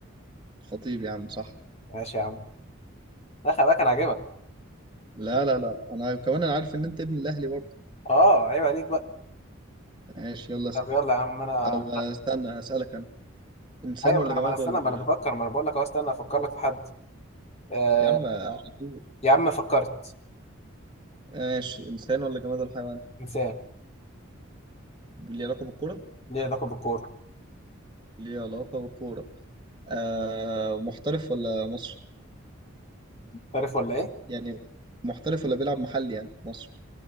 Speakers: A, on the right; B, on the left.
A: خطيب يا عم صح
B: ماشي يا عم لا خلي بالك أنا عاجبك
A: لا لا لا انا كمان انا عارف ان انت ابن الاهلي برضه
B: أه عيب عليك بقى
A: ماشي يلا اسال
B: طب يلا يا عم أنا
A: او استنى اسالك انا انسان
B: أيوة ما
A: ولا
B: أنا
A: جماد
B: ما أنا استنى
A: ولا
B: ما أنا بفكر ما أنا بقول لك أهو استنى أفكر لك في حد آه...
A: يا عم على طول
B: يا عم فكرت
A: ماشي انسان ولا جماد ولا حيوان
B: مثال
A: ليه علاقه بالكوره
B: ليه علاقة بالكورة
A: ليه علاقه بالكوره آه محترف ولا مصري
B: عارف ولا إيه
A: يعني محترف ولا بيلعب محلي يعني مصري